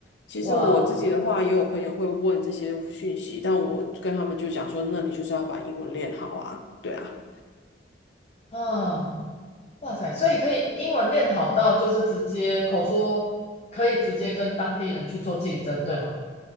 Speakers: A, on the left; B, on the left.
A: 其实我自己的话，
B: 哇哦，
A: 也有朋友会问这些讯息，但我跟他们就讲说，那你就是要把英文练好啊，对啊。
B: 啊，哇塞！所以可以英文练好到就是直接口说，可以直接跟当地人去做竞争，对吗？